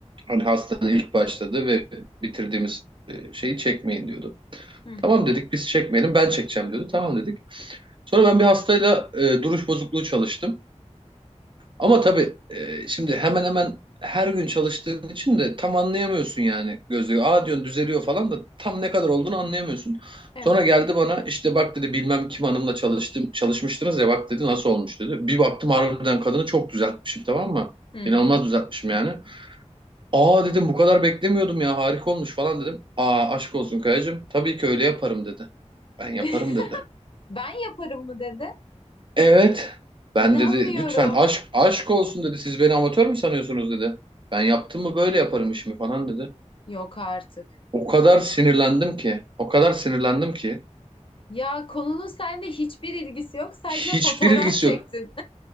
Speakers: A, on the right; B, on the left.
A: Hani hastanın ilk başladığı ve bitirdiğimiz e, şeyi çekmeyin diyordu.
B: Hı hı.
A: Tamam dedik biz çekmeyelim ben çekeceğim diyordu. Tamam dedik. Sonra ben bir hastayla e, duruş bozukluğu çalıştım. Ama tabii e, şimdi hemen hemen her gün çalıştığın için de tam anlayamıyorsun yani gözlüğü. Aa diyorsun düzeliyor falan da tam ne kadar olduğunu anlayamıyorsun.
B: Evet.
A: Sonra geldi bana işte bak dedi bilmem kim hanımla çalıştım çalışmıştınız ya bak dedi nasıl olmuş dedi. Bir baktım harbiden kadını çok düzeltmişim tamam mı?
B: Hı hı.
A: İnanılmaz düzeltmişim yani. Aa dedim bu kadar beklemiyordum ya harika olmuş falan dedim. Aa aşk olsun Kayacığım tabii ki öyle yaparım dedi. Ben
B: <laughs>
A: yaparım dedi.
B: Ben yaparım mı dedi.
A: Evet.
B: İnanmıyorum.
A: Ben dedi lütfen aşk aşk olsun dedi. Siz beni amatör mü sanıyorsunuz dedi. Ben yaptım mı böyle yaparım işimi falan dedi.
B: Yok artık.
A: O kadar sinirlendim ki. O kadar sinirlendim ki.
B: Ya konunun seninle hiçbir ilgisi yok. Sadece
A: Hiçbir
B: fotoğraf
A: ilgisi
B: çektin.
A: yok.